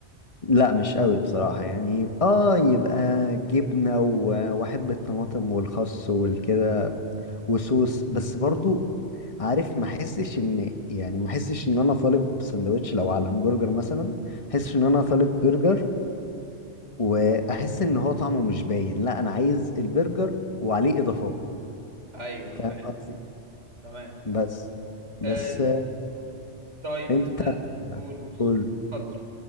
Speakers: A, on the left (about 30°); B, on the right (about 85°).
A: لا مش قوي بصراحه يعني اه يبقى جبنه و- واحب الطماطم والخس والكده وصوص بس برضو عارف ما احسش ان يعني ما احسش ان انا طالب سندوتش لو على الهمبرجر مثلا احس ان انا طالب برجر واحس ان هو طعمه مش باين لا انا عايز البرجر وعليه اضافات
B: ايوه
A: فاهم
B: فاهم
A: قصدي
B: تمام
A: بس بس
B: آه، طيب
A: انت
B: هسأل قول قول
A: قول
B: اتفضل